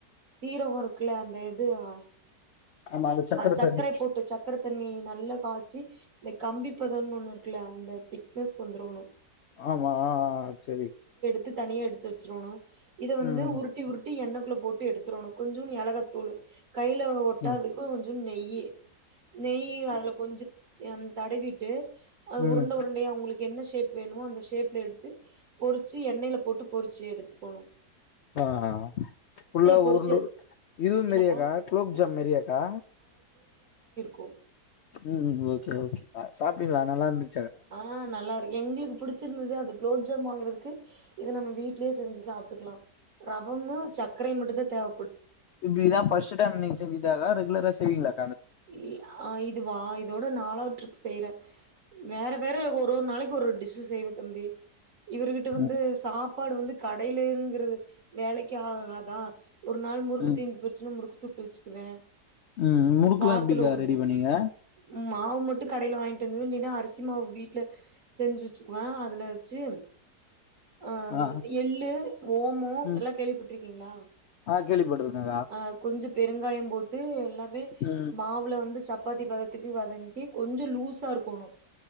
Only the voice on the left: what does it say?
ஆமா அந்த சக்கர
தண்ணி
ஆமா ஆ ஆ சேரி
ம்
ம்
ம்
ஆ ஆ ஃபுல்ல
உருண்டூ
இதுவும்
மெரியாக்கா குலோப் ஜாம் மெரியாக்கா
ம் ம் ஓகே ஓகே சாப்டீங்களா நல்லா இருந்து
இப்டி இதா ஃபர்ஸ்ட் டைம் நீங்கசெஞ்சிதா க்கா ரெகுலரா செய்வீங்களா
ம்
ம்
ம் முறுக்குலா
எப்டிக்கா
ரெடி
பண்ணீங்க
ஆ
ம்
ஆ கேள்விப்பட்ருக்கேக்கா
ம்